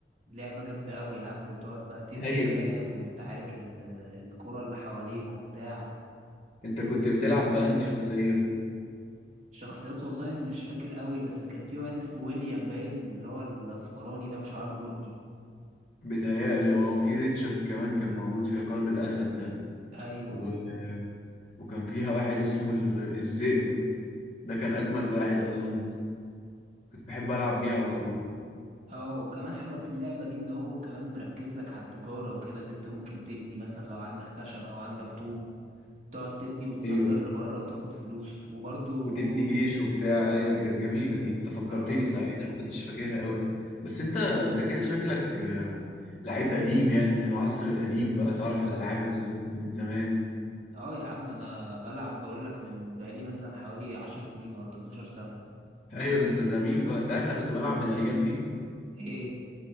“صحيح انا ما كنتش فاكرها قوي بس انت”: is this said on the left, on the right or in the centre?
Left